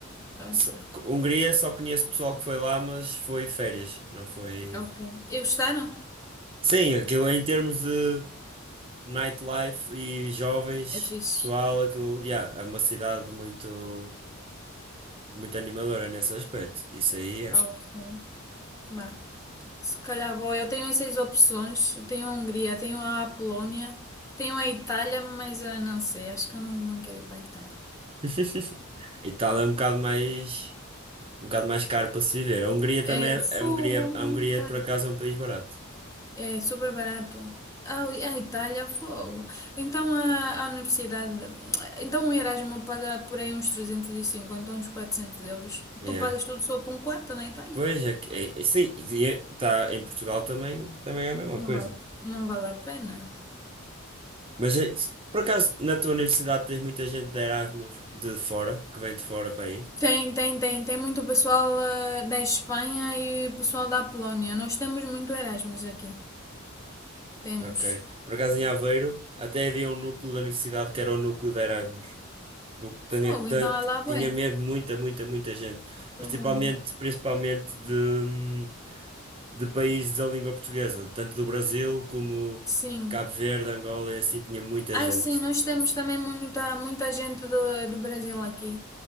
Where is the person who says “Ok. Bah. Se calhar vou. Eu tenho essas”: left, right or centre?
Left